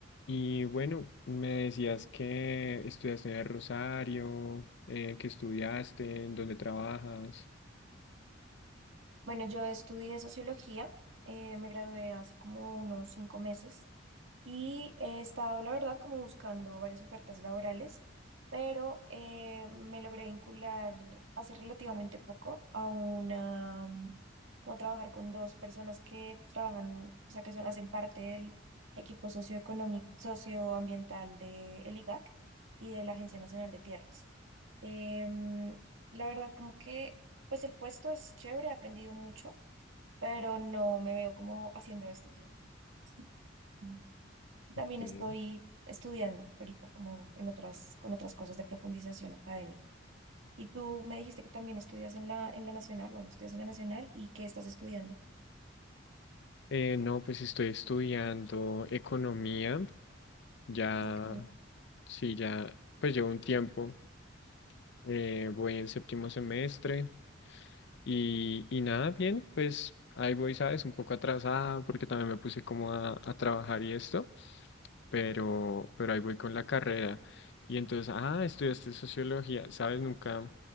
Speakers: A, on the left; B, on the right.
A: Y bueno, me decías que estudiaste en el Rosario, eh, que estudiaste, en dónde trabajas.
B: Bueno, yo estudié sociología, eh, me gradué hace como unos cinco meses y he estado, la verdad, como buscando varias ofertas laborales, pero eh, me logré vincular hace relativamente poco a una, mm, como trabajar con dos personas que trabajan, o sea, que son, hacen parte del equipo socioeconómico, socioambiental del IGAC y de la Agencia Nacional de Tierras. Em, la verdad, como que, pues el puesto es chévere, he aprendido mucho, pero no me veo como haciendo esto toda mi vida.
A: Ok.
B: También estoy estudiando ahorita, como en otras, con otras cosas de profundización académica. Y tú me dijiste que también estudias en la, en la Nacional, bueno, estudias en la Nacional y que estás estudiando.
A: Eh, no, pues estoy estudiando economía, ya,
B: Ok,
A: sí, ya, pues llevo un tiempo, eh, voy en séptimo semestre y, y nada, bien, pues ahí voy, ¿sabes? Un poco atrasada porque también me puse como a, a trabajar y esto, pero, pero ahí voy con la carrera. Y entonces, ah, estudiaste sociología, ¿sabes? Nunca,